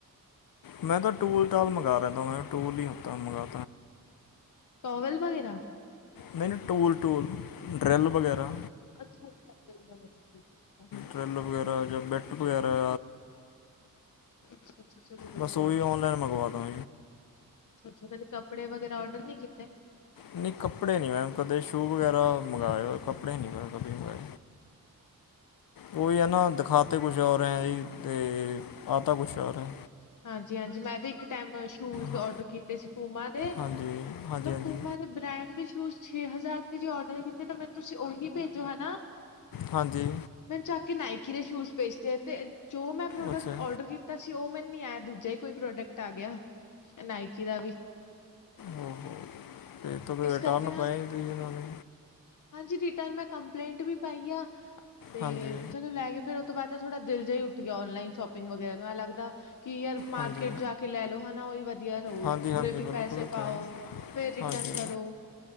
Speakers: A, on the left; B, on the left.
A: ਮੈਂ ਤਾਂ ਟੂਲ ਟਾਲ ਮੰਗਾ ਰਹਿੰਦਾ ਮੈਂ ਟੂਲ ਹੀ ਹਤਾ ਮੰਗਵਾ
B: ਟੋਵਲ ਵਗੈਰਾ
A: ਨਹੀਂ ਨਾ ਟੂਲ-ਟੂਲ ਡਰਲ ਵਗੈਰਾ।
B: <unintelligible>
A: ਡ੍ਰੇਲ ਵਗੈਰਾ ਜਾਂ ਬੈਟ ਵਗੈਰਾ
B: ਅੱਛਾ ਅੱਛਾ ਚਲੋ ਵਧੀਆ
A: ਬਸ ਓਹੀ
B: ਹੈ।
A: ਔਨਲਾਈਨ ਮੰਗਵਾਂਦਾ।
B: ਅੱਛਾ ਕਦੀ ਕੱਪੜੇ ਵਗਰਾ ਔਰਡਰ ਨਹੀਂ ਕੀਤੇ?
A: ਨਹੀਂ ਕੱਪੜੇ ਨਹੀਂ ਮੈਮ ਕਦੇ ਸ਼ੂ ਵਗੈਰਾ ਮੰਗਵਾਏ ਕੱਪੜੇ ਨਹੀਂ ਮੈਮ ਕਦੇ ਮੰਗਵਾਏ। ਉਹੀ ਹੈ ਨਾ ਦਿਖਾਤੇ ਕੁਛ ਔਰ ਹੈ, ਜੀ ਅਤੇ ਆਤਾ ਕੁਛ ਔਰ ਹੈ।
B: ਹਾਂਜੀ, ਹਾਂਜੀ, ਮੈਂ ਵੀ ਇੱਕ ਟਾਈਮ ਸ਼ੂਜ ਡਰਤੇ
A: ਹਾਂ
B: ਸੀ ਪੂਮਾ ਦੇ
A: ਹਾਂਜੀ ਹਾਂਜੀ
B: ਮੈਂ
A: ਹਾਂਜੀ
B: ਪੂਮਾ ਦੇ ਬ੍ਰੈਂਡ ਦੇ ਸ਼ੂਜ ਛੇ ਹਜ਼ਾਰ ਤੇ ਦੇ ਔਡਰ ਕੀਤੇ, ਤਾਂ ਮੈਨੂੰ ਤੁਸੀਂ ਓਹੀਓ ਭੇਜੋ ਹਨਾ।
A: ਹਾਂਜੀ।
B: ਮੈ ਜਾ ਕੇ ਨਾਇਕੀ ਦੇ ਸ਼ੂਜ ਭੇਜਦੇ ਤੇ ਜੋ ਮੈਂ ਪ੍ਰੋਡਕਟ
A: ਅੱਛਾ
B: ਆਰਡਰ ਕੀਤਾ ਸੀ ਉਹ ਨੀ ਆਇਆ ਦੂਜਾ ਹੀ ਕੋਈ ਪ੍ਰੋਡਕਟ ਆ ਗਿਆ, ਨਾਇਕੀ ਦਾ ਵੀ
A: ਹੁਣ ਫਿਰ
B: ਇਸ
A: ਰਿਟਰਨ
B: ਕਰਕੇ ਨਾ
A: ਪਏ, ਤੁਸੀ ਇਹਨਾਂ ਦੇ।
B: ਹਾਂਜੀ, ਰਿਟਰਨ ਮੈਂ ਕੰਪਲੇਂਟ ਵੀ ਪਾਈ ਆ ਤੇ
A: ਹਾਂਜੀ
B: ਚਲੋ ਲੈ ਕੇ ਫੇਰ ਉਹ ਤੋਂ ਬਾਅਦ ਨਾ ਥੋੜਾ ਦਿਲ ਜਿਹਾ ਹੀ ਉੱਠ ਗਿਆ, ਔਨਲਾਈਨ ਸ਼ੋਪਿੰਗ ਵਗੈਰਾ ਤੋਂ ਏ ਲੱਗਦਾ ਕਿ ਯਾਰ ਮਾਰਕੀਟ
A: ਹਾਂਜੀ
B: ਜਾ ਕੇ ਕੇ ਲੈ ਲੋ ਹਨਾ, ਉਹੀ ਵਧੀਆ ਰਹੋ
A: ਹਾਂਜੀ ਹਾਂਜੀ
B: ਉਰੇ ਵੀ
A: ਬਿਲਕੁਲ
B: ਪੈਸੇ
A: ਇਹ ਤਾਂ
B: ਪਾਓ
A: ਹੈ
B: ਫਿਰ ਰਿਟਰਨ
A: ਹਾਂਜੀ
B: ਕਰੋ